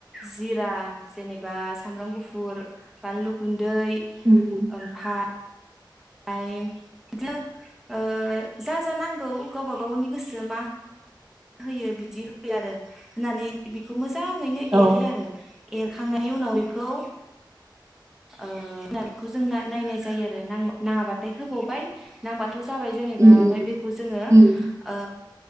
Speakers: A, in the centre; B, on the right (about 40°).
A: जिरा जेनेबा सामब्राम गुफुर बानलु गुन दै
B: उम
A: ओमफाय पाइम इदिनो ओ जा जा नांगौ गावबा गावनि गोसो मा होयो बिदि होयो आरो होननानै बिखौ मोजां यैनो
B: औ
A: एरो आरो एरखांनायनि उनाव बेखौ ओ ब्ला बेखौ जोंना नायनाय जायो आरो नांअ नाङाबाथाय होबावबाय नांबा बेथ' जाबाय जेनेबा
B: उम
A: ओमफाय
B: उम
A: बेखौ जोङो
B: उम
A: ओ